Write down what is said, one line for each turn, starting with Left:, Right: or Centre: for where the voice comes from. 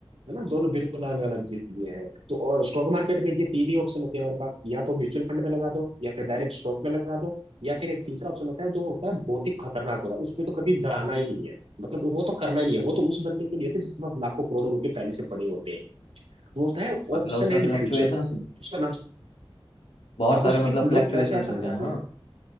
Right: है ना दोनों बिल्कुल अलग अलग चीजें हैं तो स्टॉक मार्केट में ये तीन ही ऑप्शन होते हैं हमारे पास या तो म्यूचुअल फंड में लगा दो या फिर डायरेक्ट स्टॉक में लगा दो या फिर एक तीसरा ऑप्शन होता है जो होता है बहुत ही खतरनाक होता है उसमें तो कभी जाना ही नहीं है मतलब वो तो करना ही नहीं है वो तो उस बंदे के लिए होता है जिसके पास लाखों करोड़ों रुपए पहले से पड़े होते हैं वो होता है
Left: मतलब
Right: ऑप्शन
Left: उसमें
Right: एंड
Left: फ्लक्चुएशंस
Right: फ्यूचर उसका नाम
Left: बहुत
Right: हाँ
Left: सारे
Right: उस
Left: मतलब
Right: पे लोग
Left: फ्लक्चुएशंस
Right: पैसे ऐसा
Left: होते
Right: लगाते
Left: हैं हाँ
Right: हैं